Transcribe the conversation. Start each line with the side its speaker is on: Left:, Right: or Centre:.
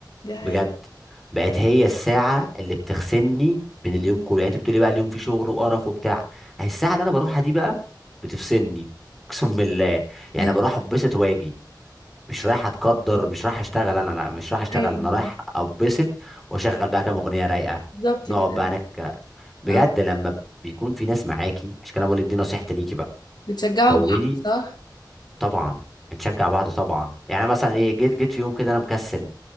Left: دي حقيقة
Centre: بجد بقت هي الساعه اللي بتغسلني من اليوم كله يعني انت بتقولي بقى اليوم فيه شغل وقرف وبتاع هي الساعه اللي انا بروحها دي بقى بتفصلني <laughs> اقسم بالله يعني
Left: ايوه
Centre: بروح اتبسط واجي مش رايح اتقدر مش رايح اشتغل انا لا مش رايح اشتغل
Left: أيوة،
Centre: انا رايح اتبسط واشغل بقى كام اغنيه رايقه
Left: بالظبط
Centre: نقعد
Left: كده
Centre: بقى هناك بجد
Left: اه
Centre: لما بيكون في ناس معاكي عشان كده بقول لك دي نصيحتي ليكي بقى
Left: بتشجعوا
Centre: كوني
Left: بعض صح
Centre: طبعا نشجع بعض طبعا يعني مثلا ايه جيت جيت في يوم كده انا مكسل